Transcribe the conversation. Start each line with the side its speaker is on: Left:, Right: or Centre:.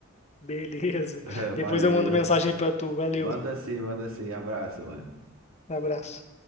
Left: Beleza.
Right: <laughs>
Left: Depois
Right: Valeu.
Left: eu mando mensagem pra tu. Valeu.
Right: Manda sim, manda sim. Abraço, mano.
Left: Um abraço.